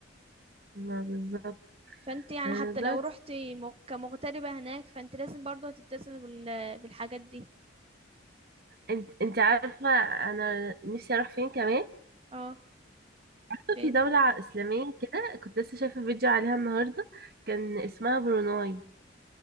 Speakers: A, on the right; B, on the right.
A: ما بالظبط
B: فانت يعني
A: آه،
B: حتى لو
A: بس
B: رحتي م- كمغتربة هناك فانت لازم برضو هتلتزمي بال... بالحاجات دي
A: انت انت عارفه انا نفسي اروح فين كمان
B: اه
A: عارفة
B: فهمت
A: في دولة ع- إسلامية كده كنت لسه شايفة فيديو عليها النهاردة كان اسمها بروناي